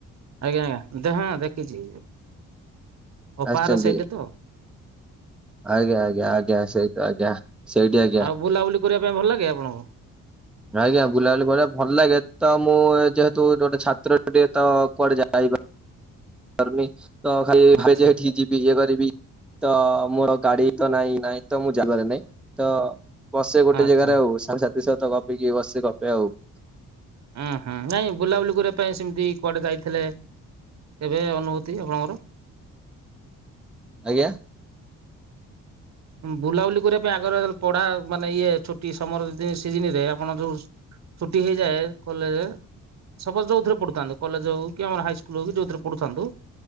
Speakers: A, on the right; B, in the centre.
A: ଆଜ୍ଞା ଆଜ୍ଞା ଦେ ହଁ ଦେଖିଛି ଅପାର
B: ଆସିଛନ୍ତି
A: ସେଇଟ ତ।
B: ଆଜ୍ଞା ଆଜ୍ଞା ଆଜ୍ଞା ସେଇ ଆଜ୍ଞା ସେଇଠି ଆଜ୍ଞା।
A: ଆଉ ବୁଲାବୁଲି କରିବା ପାଇଁ ଭଲ ଲାଗେ ଆପଣଙ୍କୁ?
B: ଆଜ୍ଞା ବୁଲାବୁଲି ଭ ଭଲ ଲାଗେ। ତ ମୁଁ ଯେହେତୁ ଗୋଟେ ଛାତ୍ର ଟିକେ ତ କୁଆଡେ ାରୁି ତ ଖାଲି
A: ଆଚ୍ଛା
B: ଏଠି ଯିବି ଇଏ କରିବି <unintelligible> ତ ମୋର ଗାଡି ତ ନାଇଁ ନାଇଁ ତ ମୁଁ ଯାଗାରେ ନାାଇଁ ତ <unintelligible> ବସେ ଗୋଟେ
A: ଆଚ୍ଛା।
B: ଜାଗାରେ ଆଉ ସାଙ୍ଗ ସାଥିଶହ ତ ଗପିକି ବସେ ଗପେ ଆଉ
A: ଉଁ ହୁଁ ନାଇଁ ବୁଲାବୁଲି କରିବା ପାଇଁ ସେମିତି କୁଆଡେ ଯାଇଥିଲେ? କେବେ ଅନୁଭୂତି ଆପଣଙ୍କର।
B: ଆଜ୍ଞା।
A: ବୁଲାବୁଲି କରିବା ପାଇଁ ଆଗରେ ପଢା ମାନେ ଇଏ ଛୁଟି ସମର ସିଜିନରେ ଆପଣ ଯୋଉ ଛୁଟି ହେଇଯାଏ କଲେଜ। ସପୋଜ ଯଉଥିରେ ପଢୁଥାନ୍ତୁ। କଲେଜ ହଉ କି ଆମର ହାଇସ୍କୁଲ ହଉ କି ଯଉଥିରେ ପଢୁଥାନ୍ତୁ?